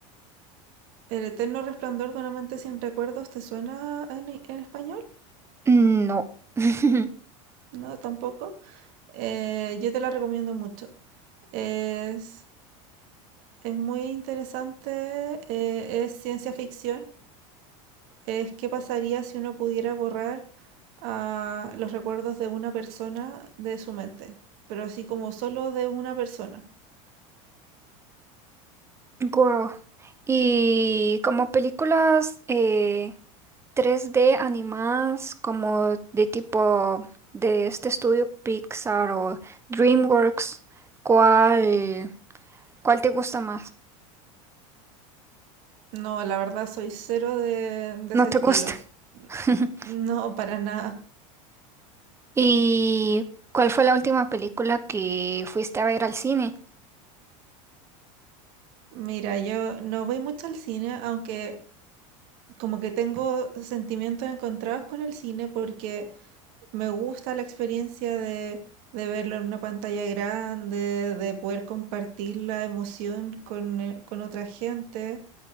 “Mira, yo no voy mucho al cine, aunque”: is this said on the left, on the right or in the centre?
Right